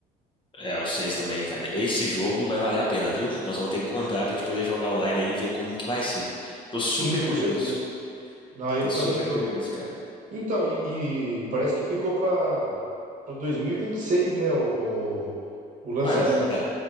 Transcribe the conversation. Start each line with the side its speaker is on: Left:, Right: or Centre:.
Left: É, o seis também, cara. Esse jogo vai valer a pena, viu? Nós vamos ter que comprar pra gente poder jogar online aí e ver como que vai ser. Tô super
Right: Sim, com
Left: curioso.
Right: certeza. Não, eu
Left: Tô
Right: também
Left: super
Right: tô.
Left: curioso, cara.
Right: Então, e, e parece que ficou para para dois mil e e vinte e seis, né? O, o, o lançamento.
Left: Mano, é,